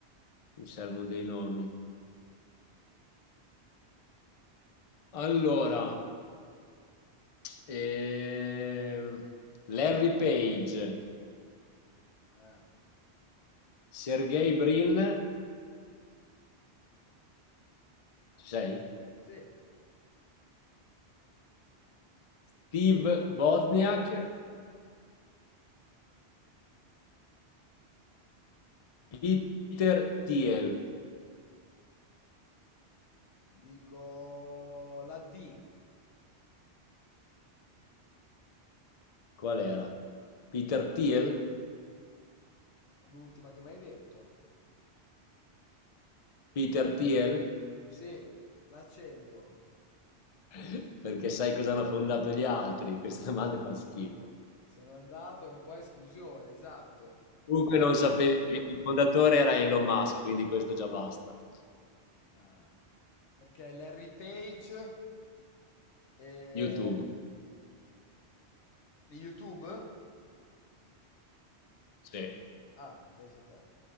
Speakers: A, on the left (about 45°); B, on the left (about 85°).
A: mi servono dei nomi. Allora, eh, Larry
B: Ma c'è un po'.
A: Page,
B: Eh.
A: Sergey Brin, ci sei?
B: Sì,
A: Steve Wozniak, Peter Thiel.
B: dico la D,
A: Qual era? Peter Thiel?
B: l'ultima che mi hai detto.
A: Peter Thiel?
B: Sì, l'accendo.
A: <laughs> Perché sai cosa hanno fondato gli altri? Queste domande fanno schifo.
B: Sono andato un po' a esclusione, esatto.
A: Comunque
B: Larry-
A: non sapevi, che il fondatore era Elon Musk, quindi questo già basta.
B: Ah, perché Larry Page e...
A: YouTube,
B: di YouTube?
A: sì,
B: Ah, pensa te.